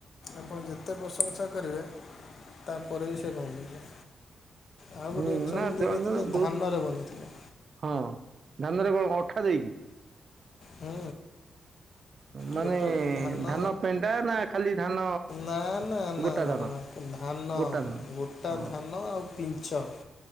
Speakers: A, on the left; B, on the right.
A: ଆପଣ ଯେତେ ପ୍ରଶଂସା କରିବେ ତାପରେ ବି ସେ କମ୍ ହେଇଯିବ। ଆଉ ଗୋଟେ
B: ହୁଁ
A: ଜିନ୍ଷ
B: ନା
A: ମୁଁ
B: ଜଣେ
A: ଦେଖେଇଥିଲି
B: ଜଣେ ବହୁତ
A: ଧାନରେ ବନିଇଥିଲେ।
B: ହଁ ଧାନରେ କଣ ଅଠା ଦେଇକି?
A: ହୁଁ।
B: ମାନେ
A: ଗୋଟେ ଗୋଟେ ଧାନ
B: ପେଣ୍ଡା ନା ଖାଲି ଧାନ
A: ନା ନା ନା
B: ଗୋଟା
A: ନା
B: ଧାନ
A: ନା ନା ଧାନ
B: ଗୋଟା ଧାନ
A: ଗୋଟା
B: ହଁ
A: ଧାନ ଆଉ ପିଞ୍ଚ।